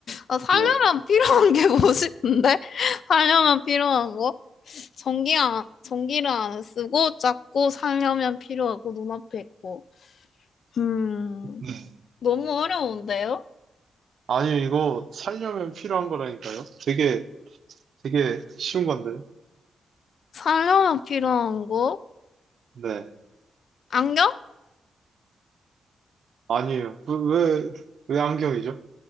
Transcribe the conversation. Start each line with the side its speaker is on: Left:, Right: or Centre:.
Left: 아 살려면
Right: 네.
Left: 필요한 게 뭐지 근데 <laughs> 살려면 필요한 거? 전기 안, 전기를 안 쓰고 작고 살려면 필요하고 눈앞에 있고 음
Right: 네.
Left: 너무 어려운데요?
Right: 아니, 이거 살려면 필요한 거라니까요. 되게, 되게 쉬운 건데.
Left: 살려면 필요한 거?
Right: 네.
Left: 안경?
Right: 아니에요. 왜, 왜, 왜 안경이죠?